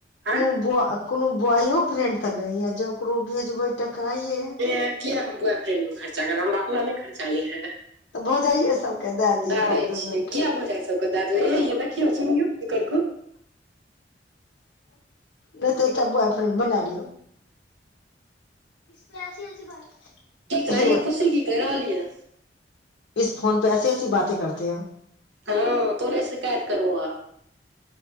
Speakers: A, on the right; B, on the left.
A: अयँ।
B: बु-अ कुनू ब्वॉययो फ्रेंड तऽ नै या जे ओकरो भेजबै टका ये।
A: एह किया हम बॉय फ्रेंड मे खर्चा करब, हमरा अपना नै खर्चा या।
B: तऽ भौजाइये सबके दए दिअ
A: धारै
B: फोन पेमेंट
A: छियै, कियाए भौजाए सबके दा देबै हेये देखियौ सुनयौ। ऐकर ग
B: नै तऽ एकटा ब्वॉयफ्रेंड बना लियौ। <unintelligible>
A: की कहैया
B: हे
A: खुशी की कैह रहल या।
B: इस फोन पे ऐसी-ऐसी बाते करते हो।
A: हां तोरे शिकाएत करबो आब।